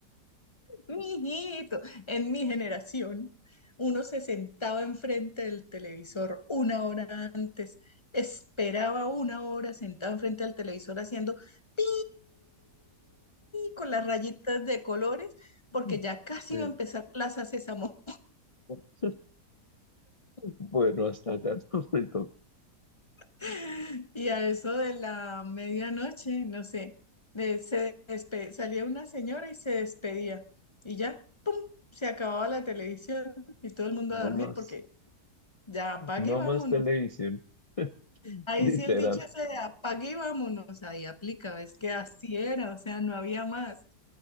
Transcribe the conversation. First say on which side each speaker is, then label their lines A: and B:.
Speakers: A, on the left; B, on the left.
A: Mijito, en mi generación, uno se sentaba enfrente del televisor una hora, antes, esperaba una hora sentado enfrente del televisor haciendo pi con las rayitas de colores, porque
B: <laughs>
A: ya casi
B: Eh,
A: iba a empezar Plaza Sésamo.
B: <laughs> Bueno, hasta allá <laughs> no me tocó,
A: <laughs> Y a eso de la medianoche, no sé, de- se despe- salía una señora y se despedía. Y ya, ¡pum! Se acababa la televisión y todo el mundo
B: no
A: a dormir
B: más.
A: porque ya apague
B: No
A: y vámonos.
B: más televisión, <laughs>
A: Ahí
B: literal.
A: sí el dicho se de apague y vámonos, ahí aplica, es que así era, o sea, no había más.